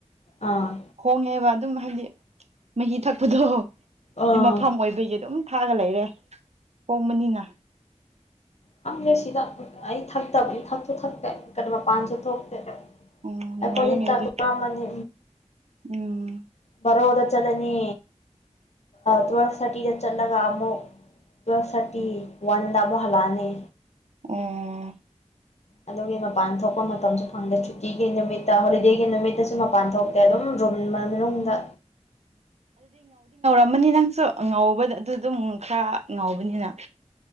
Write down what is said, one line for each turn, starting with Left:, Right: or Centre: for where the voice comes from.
Left: ꯑꯥ
Right: ꯍꯣꯡꯉꯦꯕ ꯑꯗꯨꯝ ꯍꯥꯏꯗꯤ ꯃꯍꯤ ꯊꯛꯄꯗꯣ
Left: ꯑꯥ
Right: ꯃꯐꯝ ꯑꯣꯏꯕꯒꯤ ꯑꯗꯨꯝ ꯊꯥꯛꯑꯒ ꯂꯩꯔꯦ ꯍꯣꯡꯕꯅꯤꯅꯥ
Left: ꯈꯪꯗꯦ ꯁꯤꯗ ꯑꯩ ꯊꯛꯇꯕꯅꯤ ꯊꯁꯨ ꯊꯛꯇꯦ ꯀꯔꯤ ꯃꯄꯥꯟꯁꯨ ꯊꯣꯛꯇꯦ
Right: ꯎꯝ
Left: ꯑꯩꯈꯣꯏ
Right: ꯅꯨꯡꯉꯥꯏꯔꯦꯅꯦ
Left: ꯆꯥꯛ
Right: ꯑꯗꯨꯗꯤ
Left: ꯂꯝꯃꯅꯤ
Right: ꯎꯝ
Left: ꯕꯔꯣꯗ ꯆꯠꯅꯤ ꯇꯨꯋꯦꯜꯐ ꯊꯥꯔꯇꯤꯗ ꯆꯠꯂꯒ ꯑꯃꯨꯛ ꯇꯨꯋꯦꯜꯐ ꯊꯥꯔꯇꯤ ꯋꯥꯟꯗ ꯑꯃꯨꯛ ꯍꯜꯂꯛꯑꯅꯤ
Right: ꯎꯝ
Left: ꯑꯗꯨꯒꯤ ꯃꯄꯥꯟ ꯊꯣꯛꯄ ꯃꯇꯝꯁꯨ ꯐꯪꯗꯦ ꯁꯨꯇꯤꯒꯤ ꯅꯨꯃꯤꯠꯇ ꯍꯣꯂꯤꯗꯦꯒꯤ ꯅꯨꯃꯤꯠꯇ ꯁꯤ ꯃꯄꯥꯟ ꯊꯣꯛꯇꯦ ꯑꯗꯨꯝ ꯔꯨꯝ ꯃꯅꯨꯡꯗ
Right: ꯑꯃꯅꯤ ꯅꯪꯁꯨ ꯉꯧꯕꯗ ꯑꯗꯨ ꯑꯗꯨꯝ ꯈꯔ ꯉꯥꯎꯧꯕꯅꯤꯅ